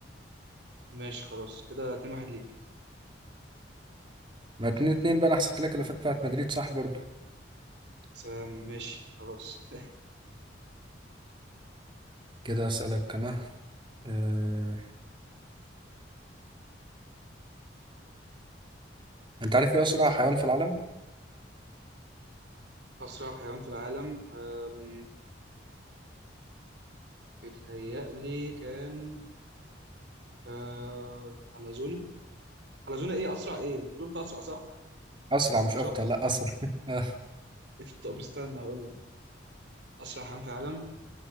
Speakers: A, on the right; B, on the right.
A: ماشي خلاص كده 2 1 ليك
B: ما اتنين اتنين بقى انا حسبت لك اللي فات بتاعت مدريد صح برضو
A: بس آه، ماشي خلاص
B: كده اسالك انا آه... انت عارف ايه اسرع حيوان في العالم
A: <laughs> اسرع حيوان في العالم آم، بيتهيألي كان آه حلزونه حلزونه ايه اسرع ايه انت قلت اسرع صح
B: اسرع مش
A: مش
B: ابطأ
A: ابطأ
B: لا
A: <laughs>
B: اسرع <laughs> آه...
A: طب استنى اقول لك اسرع حيوان في العالم